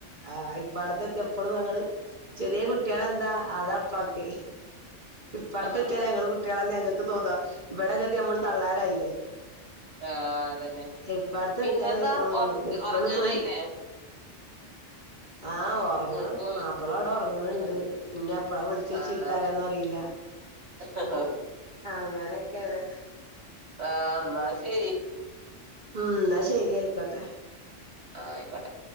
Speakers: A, on the right; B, on the right.
A: ആഹ് ഇ പടത്തെതിയ പ്പളും ഞങ്ങള് ചെറിയ കുട്ടികളെന്താ അതാ പ്പാക്ക് ഇപ്പ ട്ത്തത്തിയാരെ
B: ആഹ്
A: ഞങ്ങള് കു ട്ടിയളന്നെ ഞങ്ങക്ക് തോന്നാ ഇവടെ കതിന മ്മള് തള്ളാമാരായില്ലേ
B: ആഹ് അതന്നെ
A: ഇപ്പാട്ത്തെത്തിയാല്
B: പിന്നെന്താ ഒറ
A: ഇപ്പളും
B: ഒറങ്ങാനായില്ലേ
A: കുൻ ആഹ് ഓ ഒറങ്ങണം
B: ഇങ്ങക്ക്
A: മാപ്പളാ അവ്ടെ ഒർങ്ങണണ്ട്
B: ആഹ്
A: ഇന്നെ എപ്പളാ വിൾച്ച്
B: ആഹ്
A: ചീത്തറിയാന്നറീല്ല.
B: ആഹ്
A: അങ്ങനൊക്കെയാണ്
B: ആഹ് ന്നാ ശരി
A: ഉം ന്നാ ശരി അയിക്കോട്ടെ.
B: ആയിക്കോട്ടെ